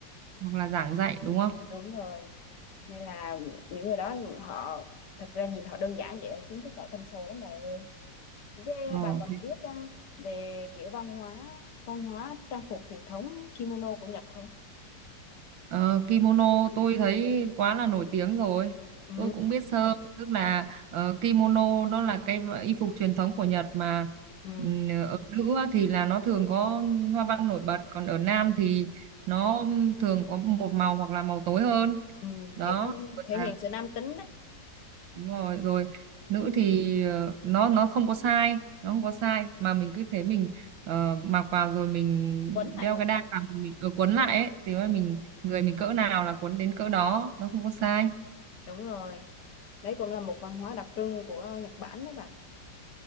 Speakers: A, on the right; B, on the left.
A: hoặc là giảng dạy đúng không
B: Đúng rồi, nên là những người đó họ thật ra nhìn họ đơn giản vậy, kiến thức họ thâm sâu lắm bà ơi. Yeah,
A: Ờ,
B: bà còn biết à, về kiểu văn hóa văn hóa trang phục truyền thống kimono của Nhật không?
A: Ờ, kimono tôi thấy quá là nổi tiếng rồi.
B: Ừ.
A: Tôi cũng biết sơ, tức là ờ, kimono nó là cái v- y phục truyền thống của Nhật mà
B: Ừ.
A: ừm, ở nữ á thì là nó thường có hoa văn nổi bật, còn ở nam thì nó thường có một màu hoặc là màu tối hơn.
B: ừ
A: Đó,
B: kiểu nó
A: rồi
B: thể
A: là
B: hiện sự nam tính đấy
A: đúng rồi rồi nữ thì ờ, nó nó không có sai nó không có sai mà mình cứ thế mình ờ, mặc vào rồi mình
B: quấn lại
A: đeo
B: thôi
A: cái đai vào mình ờ, quấn lại ấy thì mà mình người mình cỡ nào là quấn đến cỡ đó nó không có sai
B: Ừm, đúng rồi đấy cũng là một văn hóa đặc trưng của Nhật Bản đấy bạn